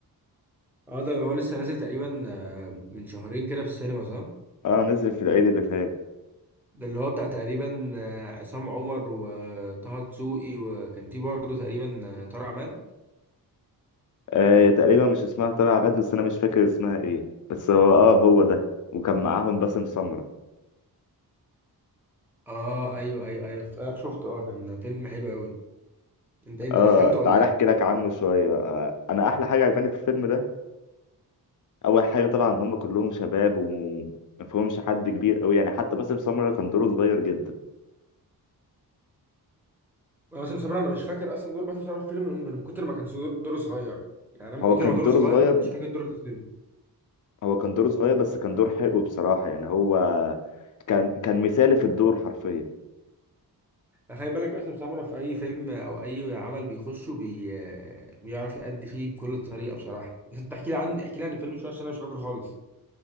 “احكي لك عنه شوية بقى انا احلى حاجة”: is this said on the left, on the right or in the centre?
Left